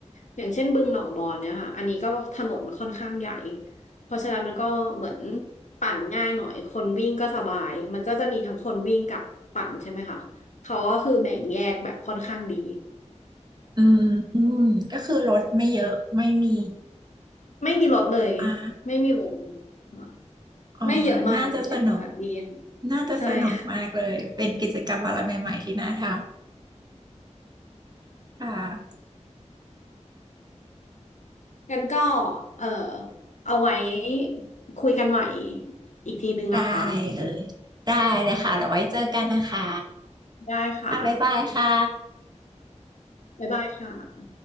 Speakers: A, on the left; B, on the right.
A: อย่างเช่นบึงหนองบอนเนี่ยค่ะอันนี้ก็ถนนค่อนข้างใหญ่เพราะฉะนั้นมันก็เหมือนปั่นง่ายหน่อยคนวิ่งก็สบายมันก็จะมีทั้งคนวิ่งกับปั่นใช่ไหมคะเขาก็คือแบ่งแยกแบบค่อนข้างดี
B: อืมอืมก็คือรถไม่เยอะไม่มี
A: ไม่มีรถเลย
B: อ่า
A: ไม่มีรถเลยค่ะ
B: เออน่าจะสนุก
A: ไม่เยอะมากไม่เยอะมากดีค่ะ
B: น่าจะสนุกมากเลย
A: ใช่ค่ะ
B: เป็นกิจกรรมอะไรใหม่ๆที่น่าทำค่ะ
A: งั้นก็เออเอาไว้คุยกันใหม่อีกทีนึงนะคะ
B: ได้เลย ได้เลยค่ะเดี๋ยวไว้เจอกันนะคะ
A: ได้ค่ะ
B: อ่ะบ๊ายบายค่ะ
A: บ๊ายบายค่ะ